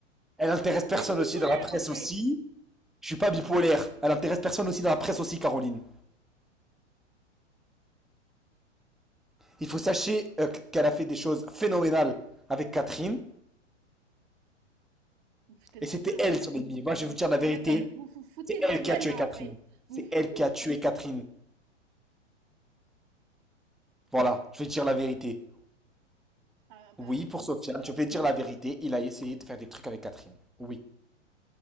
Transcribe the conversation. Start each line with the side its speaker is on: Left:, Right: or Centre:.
Centre: elle intéresse
Right: Vous
Centre: personne
Right: êtes bipolaire,
Centre: aussi dans la presse
Right: en fait.
Centre: aussi. Je suis pas bipolaire. Elle intéresse personne aussi dans la presse aussi, Caroline. Il faut sachez euh, qu'elle a fait des choses phénoménales avec Catherine.
Right: Vous vous foutez de
Centre: Et
Right: ma
Centre: c'était
Right: gueule.
Centre: elle
Right: hein.
Centre: son ennemi. Moi, je vais
Right: Vous
Centre: vous
Right: vous
Centre: dire
Right: foutez
Centre: la vérité.
Right: de ma gueule. Vous vous foutez
Centre: C'est
Right: de
Centre: elle
Right: ma gueule,
Centre: qui a tué
Right: là,
Centre: Catherine.
Right: en fait.
Centre: C'est
Right: Vous vous
Centre: elle
Right: foutez.
Centre: qui a tué Catherine. Voilà, je vais dire la vérité.
Right: Ah, bah,
Centre: Oui, pour
Right: comment-
Centre: Sofiane, je vais dire la vérité. Il a essayé de faire des trucs avec Catherine. Oui,